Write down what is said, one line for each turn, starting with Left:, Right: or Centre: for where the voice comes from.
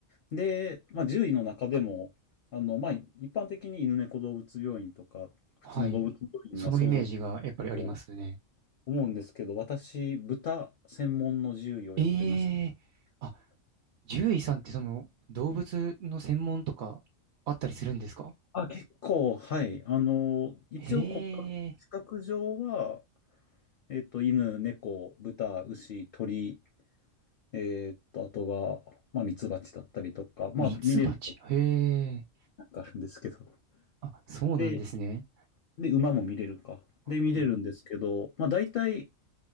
Left: で、まあ、獣医の中でも、あの、まあ、一般的に犬猫動物病院とか、普通の動物病院が想像する
Right: はい。そのイメージがやっぱりありますね。
Left: と思うんですけど、私、豚専門の獣医をやってました。
Right: ええあ、獣医さんってその動物の専門とかあったりするんですか
Left: あ、結構、はい。あの、一応国家資格上は、
Right: へえ、
Left: えっと、犬、猫、豚、牛、鳥、えっと、あとは、まあ、ミツバチだったりとか、まあ、
Right: ミツバチ。
Left: 見れる
Right: へえ。
Left: のがあるんですけど。
Right: あ、そうなんですね。
Left: で、で、馬も見れるか。
Right: あ
Left: で、見れるんですけど、まあ、大体、